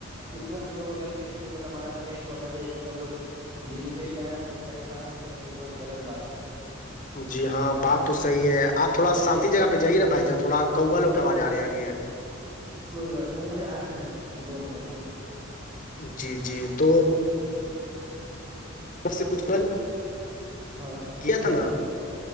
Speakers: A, on the right; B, on the left.
A: اس میں ہم لوگ کا غلطی ہے ہم لوگ کو نماز نہیں چھوڑنا چاہیے کیونکہ ہم لوگ جن کے لیے آئے ہیں ان کا ہی کام نہیں کریں گے یہ بہت غلط بات ہے
B: جی ہاں بات تو صحیح ہے آپ تھوڑا شانتی جگہ پہ جائیے نا بھائی جان تھوڑا کوا لوں کی آواز آ رہی آ رہی ہے
A: کوئی بات نہیں ج آ رہے ہیں بس دو منٹ میں
B: جی جی تو سب سے کچھ ف
A: ہاں
B: کیا تھا نا